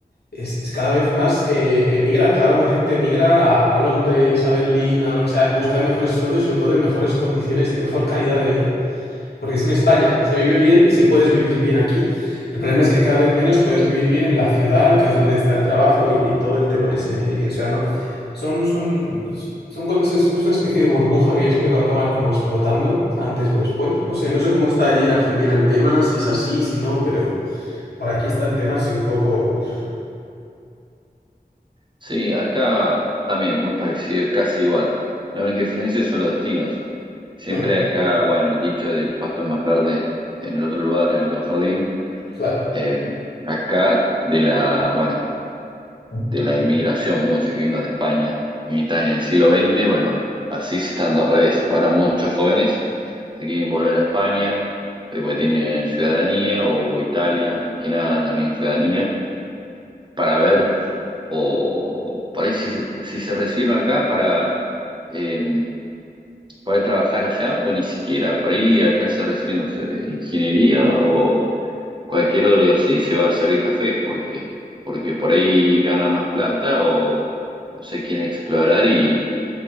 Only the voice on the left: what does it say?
es, es cada vez más eh, emigra, cada vez más gente emigra a, a Londres, a Berlín, a lo que sea, en busca de mejores sueldos y sobre todo de mejores condiciones, de mejor calidad de vida. Porque si en España se vive bien, si puedes vivir bien aquí. El problema es que cada vez menos puedes vivir bien en la ciudad, que es donde está el trabajo y, y todo el tema ese. Y- y, o sea, no, son, son, son cosas, es una especie de burbuja que yo siento que va a acabar como explotando antes o después. No sé, no sé cómo está allí en Argentina el tema, si es así, si no, pero por aquí está el tema así un poco... uf,
mm,
claro.
No,